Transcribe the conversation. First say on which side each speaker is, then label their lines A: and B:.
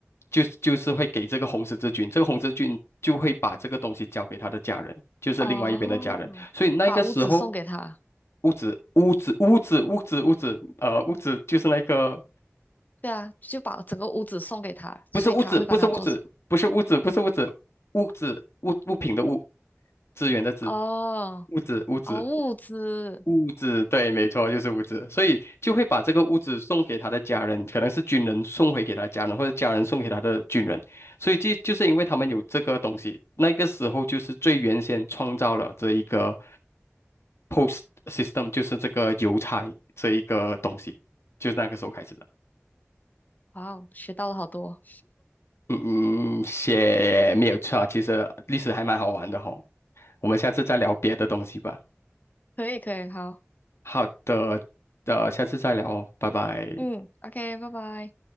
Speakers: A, on the left; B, on the left.
A: 就就是会给这个红十字军，这个红十字军就会把这个东西交给他的家人，就是另外一边的家人。
B: 哦，
A: 所以那个时候，
B: 把屋子送给他，
A: 物资、物资、物资、物资、物资，呃，物资就是那个
B: 对啊，就把整个屋子送给他，
A: 不是物质，
B: 所以他会帮他做。
A: 不是物质，不是物质，不是物质，物质物物品的物，资源的资，
B: 哦，
A: 物质物质
B: 哦，物资，
A: 物质，对，没错，就是物质，所以就会把这个物质送给他的家人，可能是军人送回给他的家人，或者家人送给他的军人，所以就就是因为他们有这个东西，那个时候就是最原先创造了这一个 post system，就是这个邮差这一个东西，就是那个时候开始的。
B: 哇哦，学到了好多，
A: 嗯嗯，写没有错啊，其实历史还蛮好玩的吼。我们下次再聊别的东西吧。
B: 可以可以，好，
A: 好的，呃，下次再聊哦，拜拜。
B: 嗯。OK，拜拜。